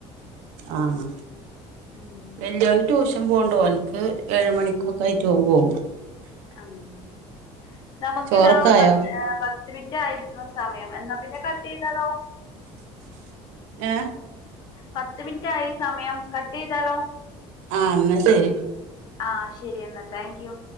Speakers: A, on the right; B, on the left.
A: ആഹ്
B: ഉം.
A: വെല്ലിയോന് ട്യൂഷൻ പോണ്ട് ഓനിക്ക് ഏഴ് മണിക്ക്‌ ഒക്കെ ആയിട്ട് ഓൻ പോകും
B: അങ്ങനെ നമുക്കിതാ
A: ചോറൊക്കെ
B: പത്തേ
A: ആയോ
B: പ ത്ത് മിറ്റായിരിക്കുണു സമയം എന്നാ പിന്നെ കട്ട് ചെയ്താലോ
A: ഏഹ്
B: പത്ത് മിനിറ്റ് ആയി സമയം കട്ട് ചെയ്താലോ
A: ആഹ് ഇന്നാ ശെരി
B: ആഹ് ശരിയെന്നാ താങ്ക് യു